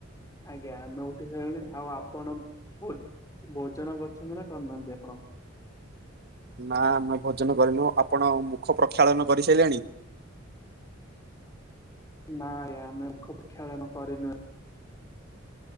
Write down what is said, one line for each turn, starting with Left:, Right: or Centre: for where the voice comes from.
Left: ଆଜ୍ଞା, ଆମେ ଉଠି ସାରିଲୁଣି ଆଉ ଆପଣ ଭୋଜନ କରିଚନ୍ତି ନା କରିନାହାନ୍ତି ଆପଣ?
Right: ନା ଆମେ ଭୋଜନ କରିନୁ ଆପଣ ମୁଖ ପ୍ରକ୍ଷାଳନ କରିସାରିଲେଣି?
Left: ନାଁ ଆଜ୍ଞା ଆମେ ମୁଖ ପ୍ରକ୍ଷାଳନ କରିନୁ।